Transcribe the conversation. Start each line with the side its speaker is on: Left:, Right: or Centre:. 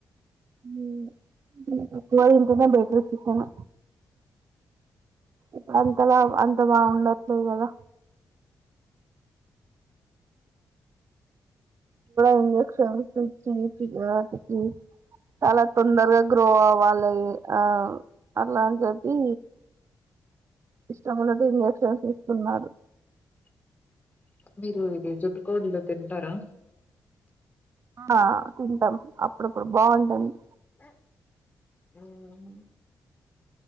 Right: ఉ తక్కువ తింటేనే బెటర్ చికెన్ ఇప్పుడ అంతలా అంత బాగుండట్లేదు కదా ఇంజక్షన్స్ ఇచ్చి వాటికి చాలా తొందరగా గ్రో అవ్వాలి ఆ అట్లాని చెప్పి ఇష్టమున్నట్టు ఇంజక్షన్స్ ఇస్తున్నారు
Left: మీరు ఇది జుట్టు కోళ్లు తింటారా
Right: ఆ తింటాం అప్పుడప్పుడు బాగుంటుంది
Left: <inaudible>